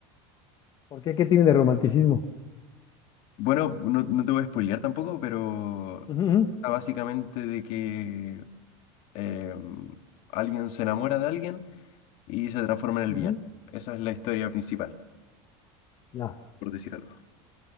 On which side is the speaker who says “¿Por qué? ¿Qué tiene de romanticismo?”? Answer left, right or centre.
Left